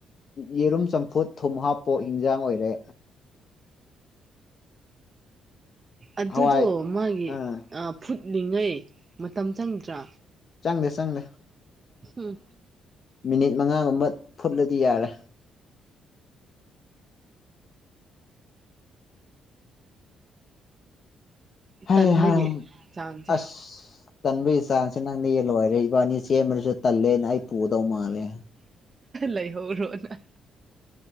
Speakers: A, on the left (about 50°); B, on the right (about 30°).
A: ꯌꯦꯔꯨꯝ ꯆꯝꯐꯨꯠ ꯊꯨꯝ ꯍꯥꯞꯄꯣ ꯍꯤꯟꯖꯥꯡ ꯑꯣꯏꯔꯦ
B: ꯑꯗꯨꯗꯣ
A: ꯍꯋꯥꯏ
B: ꯃꯥꯒꯤ
A: ꯑꯥ
B: ꯐꯨꯠꯂꯤꯉꯩ ꯃꯇꯝ ꯆꯪꯗ꯭ꯔꯥ
A: ꯆꯪꯗꯦ ꯆꯪꯗꯦ
B: ꯎꯝ
A: ꯃꯤꯅꯤꯠ ꯃꯉꯥꯒꯨꯝꯕ ꯐꯨꯠꯂꯗꯤ ꯌꯥꯔꯦ ꯍ
B: ꯇꯟꯕꯒꯤ
A: ꯍꯥꯏ
B: ꯆꯥꯡꯁꯦ
A: ꯑꯁ ꯇꯟꯕꯒꯤ ꯆꯥꯡꯁꯦ ꯅꯪꯅ ꯌꯦ ꯂꯣꯏꯔꯦ ꯏꯕꯥꯅꯤ ꯁꯦꯝꯃꯔꯁꯨ ꯇꯜꯂꯦꯅ ꯑꯩ ꯄꯨꯗꯧ ꯃꯥꯜꯂꯦ
B: ꯂꯩꯍꯧꯔꯣꯅ